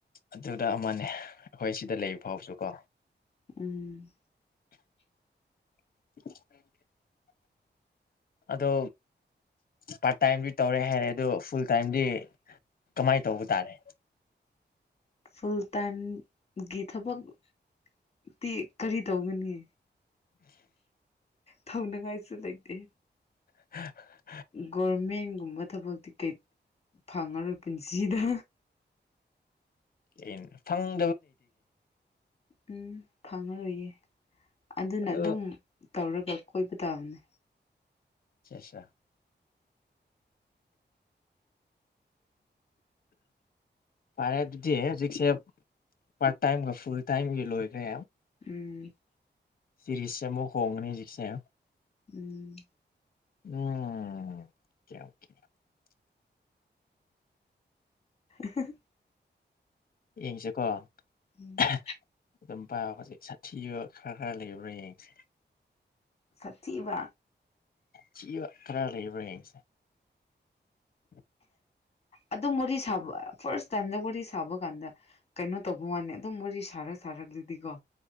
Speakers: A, on the left; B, on the left.
A: ꯑꯗꯨꯗ ꯑꯃꯅꯦ ꯑꯈꯣꯏ ꯁꯤꯗ ꯂꯩ ꯐꯥꯎꯁꯨꯀꯣ
B: ꯎꯝ
A: <inaudible> ꯑꯗꯣ ꯄꯥꯔꯠ ꯇꯥꯏꯝꯗꯤ ꯇꯧꯔꯦ ꯍꯥꯏꯔꯦ ꯑꯗꯨ ꯐꯨꯜ ꯇꯥꯏꯝꯗꯤ ꯀꯃꯥꯏꯅ ꯇꯧꯕ ꯇꯥꯔꯦ
B: ꯐꯨꯜ ꯇꯥꯏꯝꯒꯤ ꯊꯕꯛꯇꯤ ꯀꯔꯤ ꯇꯧꯒꯅꯤ ꯇꯧꯅꯤꯡꯉꯥꯏꯁꯨ ꯂꯩꯇꯦ
A: <unintelligible>
B: ꯒꯚꯔꯃꯦꯟꯒꯨꯝꯕ ꯊꯕꯛꯇꯤ ꯀꯩ ꯐꯪꯉꯔꯣꯏ ꯄꯨꯟꯁꯤꯗ
A: ꯑꯦ ꯐꯪ
B: ꯎꯝ ꯐꯪꯉꯔꯣꯏꯌꯦ ꯑꯗꯨꯅ
A: ꯑꯗꯨ
B: ꯑꯗꯨꯝ ꯇꯧꯔꯒ ꯀꯣꯏꯕ ꯇꯅꯤ
A: ꯑꯆꯥ ꯑꯆꯥ ꯐꯔꯦ ꯁꯦ ꯍꯧꯖꯤꯛꯁꯦ ꯄꯥꯔꯠ ꯇꯥꯏꯝꯒ ꯐꯨꯜ ꯇꯥꯏꯝꯒ ꯂꯣꯏꯈ꯭ꯔꯦ
B: ꯎꯝ
A: ꯁꯔꯤꯁꯦ ꯑꯃꯨꯛ ꯍꯣꯡꯉꯅꯤ ꯍꯧꯖꯤꯛꯁꯦ
B: ꯎꯝ
A: ꯎꯝ ꯑꯣꯀꯦ ꯑꯣꯀꯦ
B: <unintelligible>
A: ꯌꯦꯡꯁꯦꯀꯣ
B: ꯎꯝ
A: <unintelligible> ꯑꯗꯨꯝ ꯄꯥꯏꯌꯣ ꯍꯧꯖꯤꯛ ꯁꯥꯊꯤꯕ ꯈꯔ ꯈꯔ ꯂꯩꯕ꯭ꯔ ꯌꯦꯡꯁꯦ
B: ꯁꯥꯊꯤꯕ
A: ꯊꯤꯕ ꯈꯔ ꯂꯩꯕ꯭ꯔ ꯌꯦꯡꯁꯦ
B: ꯑꯗꯨꯝ ꯋꯥꯔꯤ ꯁꯥꯕ ꯐꯥꯔꯁ ꯇꯥꯏꯝꯗ ꯋꯥꯔꯤ ꯁꯥꯕ ꯀꯥꯟꯗ ꯀꯩꯅꯣ ꯇꯧꯕ ꯋꯥꯅꯦ ꯑꯗꯨꯝ ꯋꯥꯔꯤ ꯁꯥꯔ ꯁꯥꯔꯛꯂꯗꯤꯀꯣ